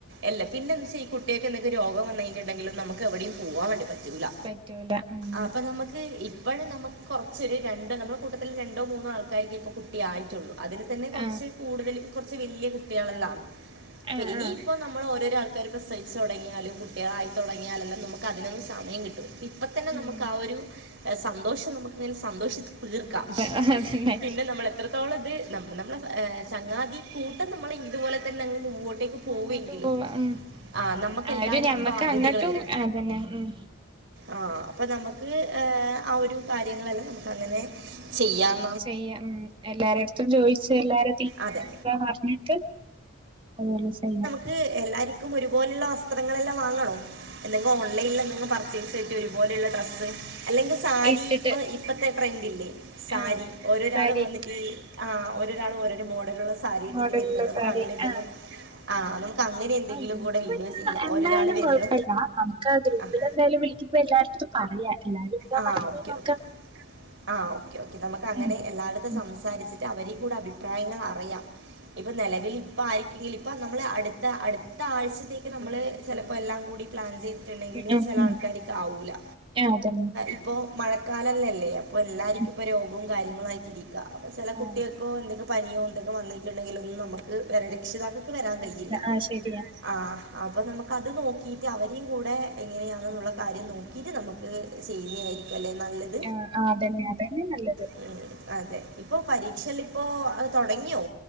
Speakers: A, on the right; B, on the right.
A: അല്ല പിന്ന വച്ചാ ഈ കുട്ടിൾക്ക് എന്തൊക്കെ രോഗം വന്നിട്ടുണ്ടെങ്കില് നമുക്ക് എവിയും പോവാൻ വേണ്ടി പറ്റു ല
B: പറ്റൂല ഉം
A: അപ്പൊ നമുക്ക് ഇപ്പഴ് നമുക്ക് കുറച്ചൊരു രണ്ടോ നമ്മുടെ കൂട്ടത്തിൽ രണ്ടോ മൂന്നോ ആൾക്കാർക്കെ ഇപ്പോൾ കുട്ടിയായിട്ടുള്ളൂ അതിൽ തന്നെ കുറച്ച്
B: ആഹ്
A: കൂടുതൽ കുറച്ച് വലിയ കുട്ടികളെല്ലാണ് അപ്പ
B: ആഹ്
A: ഇനി
B: ആഹ്
A: നമ്മള് ഓരോരൊ ആൾക്കർ ഇപ്പോ സഹിച്ച് തുടങ്ങിയാലും കുട്ടികളായി തുടങ്ങിയാലല്ലാം നമുക് ക്ക് അതിനൊന്ന് സമയം കിട്ടും ഇപ്പംത്തന്നെ നമുക്ക്
B: ഉം
A: ആ ഒരു സന്തോഷം നമുക്കിങ്ങനെ സന്തോഷി തീർക്കാം
B: കൊണ്ടുപോവാ അതന്നെ
A: പിന്നെ നമ്മൾ എത്ര <unintelligible> നമ്മള ചങ്ങാതി കൂട്ടം നമ്മള് ഇതുപോലെ തന്നെ അങ്ങ് മുമ്പോട്ടേക്ക് പോവെങ്കിലും
B: മുന്നോട്ട് പോവാ ഉം
A: ആഹ് നമുക്ക്
B: ആ
A: എല്ലാർക്കും
B: ഒരു ഞമ്മക്ക്
A: ബാധ്യതകൾ
B: അങ്ങട്ടും
A: വരും
B: അതന്നെ ഉം
A: ആഹ് അപ്പൊ നമുക്ക് ആഹ് ഒരു കാര്യങ്ങളെല്ലാം നമുക്ക് അങ്ങനെ ചെയ്യാം
B: ചെയ്യാം ഉം എല്ലരുടത്തും ചോയിച്ച് എല്ലാരും തീരുമാനം
A: അതെ
B: എന്താ അറിഞ്ഞിട്ട് അത്പോലെ ചെയ്യാം
A: അത് എല്ലാരിക്കും ഒരുപോലുള്ള വസ്ത്രങ്ങളെല്ലാം വാങ്ങണോ എന്തെങ്കും ഓൺലൈനിൽ എന്തെങ്കിലും പർച്ചേസ് ചെയട്ട് ഒരുപോലെയുള്ള ഡ്രസ്സ് അല്ലെങ്കിൽ സാരി
B: ഇട്ടിട്ട്
A: ഇപ്പ ഇപ്പത്തെ ട്രെന്റ് ഇല്ലേ സാരി
B: ആ
A: ഓരോരാളും
B: സാരി
A: വന്നിട്ട് ആഹ് ഒരോരാൾ ഓരോരോ മോഡുള്ള സാരി ഇട്ടിട്ട്
B: മോഡലിള്ള
A: വരുന്നത് നമുക്ക്
B: സാരി
A: അങ്ങനെ എന്തെങ്കിലും
B: ആ
A: ആഹ് നമുക്ക് അങ്ങനെ എന്തെങ്കിലും
B: ആ എനിക്ക്
A: കൂടെ വീഡിയോസ്
B: പിന്നെ
A: ചെയ്യാം
B: എന്തായാലും
A: ഒരാൾ വരുന്നു
B: കൊഴപ്പല്ല നമുക്ക് ആ ഗ്രൂപ്പിൽ
A: ആഹ്
B: എന്തായാലും വിളിക്കുമ്പോ എല്ലായിടത്തും പറയാ എല്ലാരും എന്താ
A: ആ
B: പറയുന്നേ
A: ഓക്കേ
B: നോക്കാം
A: ഓക്കേ ആ ഓക്കെ ഓക്കേ നമുക്ക് അങ്ങനെ
B: ഉം
A: എല്ലായിടത്തും
B: ഉം
A: സംസാരിച്ചിട്ട അവരിം കൂടെ അഭിപ്രായങ്ങൾ അറിയാം ഇപ്പൊ നിലവിൽ അപ്പോൾ ആയിരിക്കെങ്കിലും ഇപ്പം നമ്മൾ അടുത്ത അടുത്ത ആഴ്ചത്തേക്ക് നമ്മൾ ചിലപ്പോൾ എല്ലാം കൂടി പ്ലാൻ ചെയ് ഉണ്ടെങ്കില്
B: ഉം ഉം
A: ചില ആൾക്കാർക്ക്
B: ഉം
A: ആവൂല്ല
B: ആ അതന്നെ
A: ഇപ്പോ മഴക്കാലംല്ലല്ലേ അപ്പൊ എല്ലാർക്കും
B: ഉം
A: ഇപ്പ രോഗവും കാര്യങ്ങളും ആയിട്ട് ഇരിക്കും അപ്പ ചില
B: ആ
A: കുട്ടികൾക്കോ എന്തൊക്കെ പനിയോന്തൊക്ക വന്നിട്ടുണ്ടെങ്കില് നമുക്ക് രക്ഷിതാക്കൾക്ക് വരാൻ
B: പറ്റില്ല
A: കഴിയില്ല
B: ആ ശരിയാ
A: ആഹ് അപ്പം നമുക്കത് നോക്കിയിട്ട് അവരെയയും കൂടെ എങ്ങനെയാണെന്നുള്ള കാര്യം നോക്കിയിട്ട് നമുക്ക് ചെയ്യുന്ന ആയിരിക്കും അല്ലെ നല്ലത്
B: ആഹ് ആഹ് അതന്നെ അതന്നെ നല്ലത്
A: ഉം, അതെ ഇപ്പോൾ പരീക്ഷയല്ലേ ഇപ്പോൾ അത് തുടങ്ങിയോ